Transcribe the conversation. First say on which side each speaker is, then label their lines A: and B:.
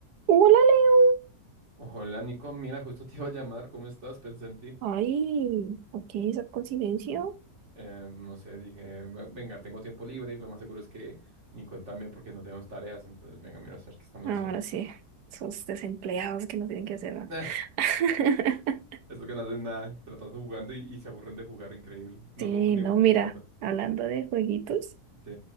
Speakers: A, on the right (about 85°); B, on the right (about 45°).
A: Hola, Leo.
B: Hola Nico, mira, justo te iba a llamar, ¿cómo estás? Pensé en ti.
A: Ay, ok, esa coincidencia.
B: Eh, no sé, dije, "Ve- venga, tengo tiempo libre, lo más seguro es que Nicole también porque no tenemos tareas, entonces venga, mira, a ver qué estamos
A: Ah,
B: haciendo.
A: Ahora sí, esos desempleados que no tienen que hacer nada.
B: <laughs>
A: <laughs>
B: Esto que no hacen nada, se la pasan jugando y, y se aburren de jugar, increíble. No
A: Sí,
B: somos ni
A: no,
B: buenos
A: mira,
B: jugando.
A: hablando de jueguitos,
B: ¿Sí?